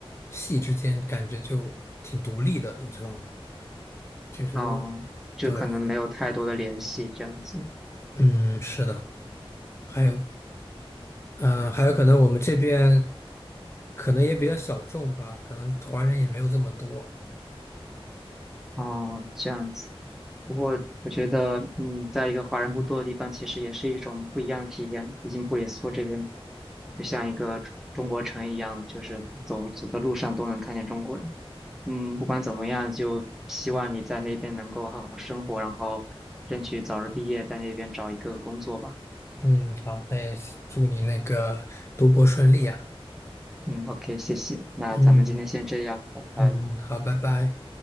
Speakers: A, on the left (about 25°); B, in the centre.
A: 系之间感觉就挺独立的，你知道吗？就是
B: 啊，就可能没有太多的联系这样子。
A: 对，嗯，是的。还有，嗯，还有可能我们这边可能也比较小众吧，可能华人也没有这么多。
B: 哦，这样子。不过我觉得，嗯，在一个华人不多的地方，其实也是一种不一样的体验。毕竟布里斯托这边就像一个中中国城一样，就是走走在路上都能看见中国人。嗯，不管怎么样，就希望你在那边能够好好生活，然后争取早日毕业，在那边找一个工作吧。
A: 嗯，好，那也祝你那个读博顺利啊。
B: 嗯，OK，谢谢。那咱们今天先这样，
A: 嗯
B: 拜拜。
A: 嗯，好，拜拜。